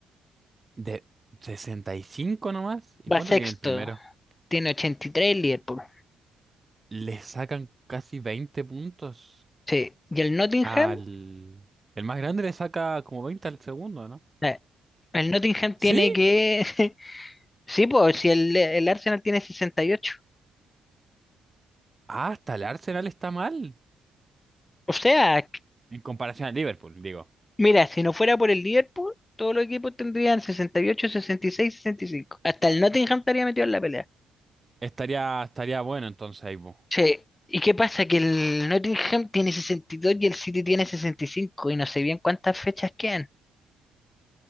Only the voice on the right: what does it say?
De 65 nomás. ¿Y
cuánto
tiene el primero?
Le sacan casi 20 puntos
al... El más grande le saca como 20 al segundo, ¿no?
¿Sí?
Ah, hasta el Arsenal está mal.
En comparación al Liverpool, digo.
Estaría, estaría bueno entonces ahí, po.